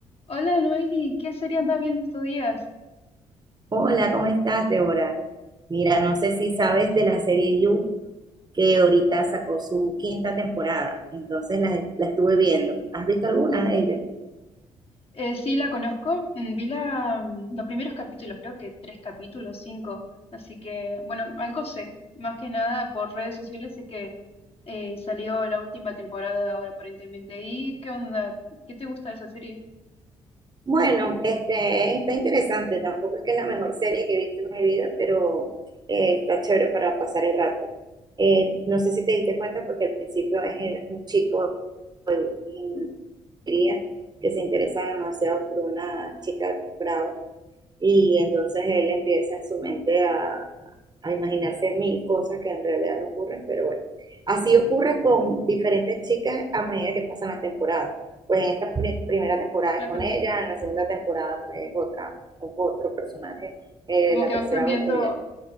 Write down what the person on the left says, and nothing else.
Hola Noeli, ¿qué serie anda viendo estos días?
Eh, sí, la conozco, mm, vi la, mm, los primeros capítulos, creo que tres capítulos, cinco, así que bueno, algo sé, más que nada por redes sociales sé que eh, salió la última temporada ahora aparentemente. ¿Y qué onda? ¿Qué te gusta de esa serie?
Claro,
como
que
va cambiando,